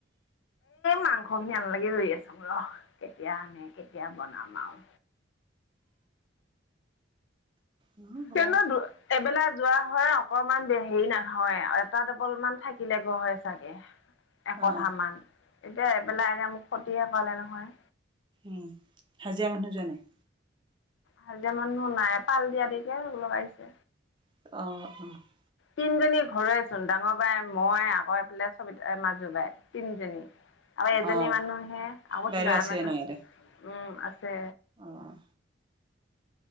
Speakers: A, on the left; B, on the right.
A: মাংস <unintelligible> আছ ৰ কেতিয়া আনে কেতিয়া বনাম আৰু।
B: নহয় কবা
A: কিন্ত, এবেলা যোৱা হয় আৰু। অকণমান হেৰি নহয়, এটা ডবল মান থাকিলেগৈ হয় চাগে। একঠা
B: অ
A: মান, এতিয়া এবেলাই এতিয়া মোক ক্ষতিহে কৰালে নহয়।
B: উম, হাজিৰা মানুহ যোৱা নাই?
A: হাজিয়া মানুহ নাই, পাল দিয়া দিয়িকেই লগাইছে।
B: অ', অ'।
A: তিনিজনী ঘৰৰেই চোন, ডাঙৰ বাই মই আকৌ এইফালে চব, মাজু বাই, তিনিজনী। আকৌ এইজনী
B: অ
A: মানুহ হে, আকৌ
B: বাইদেউ
A: কিবা
B: আছে
A: মানুহ,
B: ন ইয়াতে
A: উম আছে।
B: অ'।